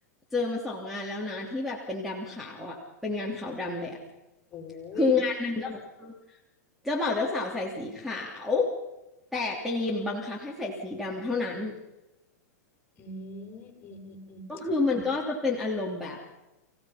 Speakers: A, in the centre; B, on the left (about 25°).
A: เจอมาสองงานแล้วนะที่แบบเป็นดำขาวอ่ะเป็นงานขาวดำเลยอ่ะ
B: โอ้ย
A: คืองานหนึ่งก็คือเจ้าบ่าวเจ้าสาวใส่สีขาวแต่ธีมบังคับให้ใส่สีดำเท่านั้น
B: อืมอืมอืมอืม
A: ก็คือมันก็จะเป็นอารมณ์แบบ